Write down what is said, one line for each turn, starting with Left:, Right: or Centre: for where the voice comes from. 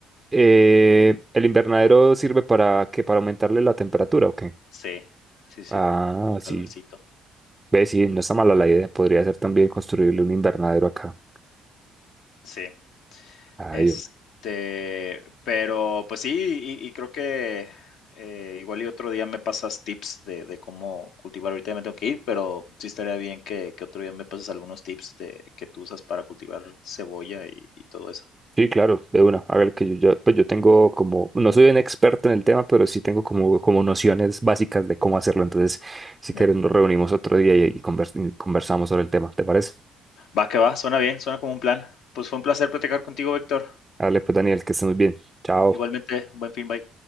Right: Eh, ¿el invernadero sirve para que ¿Para aumentarle la temperatura o qué?
Left: Sí, sí, sí,
Right: Ah,
Left: calorcito,
Right: sí. Ve, sí, no está mala la idea. Podría ser también construirle un invernadero acá.
Left: sí.
Right: Ay,
Left: Este, pero pues sí, y y creo que, eh, igual y otro día me pasas tips de de cómo cultivar. Ahorita ya me tengo que ir, pero sí estaría bien que que otro día me pases algunos tips de que tú usas para cultivar cebolla y y todo eso.
Right: Sí, claro, de una. Hágale que yo ya, pues yo tengo como, no soy un experto en el tema, pero sí tengo como, como nociones básicas de cómo hacerlo. Entonces, si
Left: Ya.
Right: quieres, nos reunimos otro día y, y convers- y conversamos sobre el tema. ¿Te parece?
Left: Va que va, suena bien, suena como un plan. Pues fue un placer platicar contigo, Víctor.
Right: Dale, pues, Daniel, que estés muy bien. Chao.
Left: Igualmente, buen fin, bye.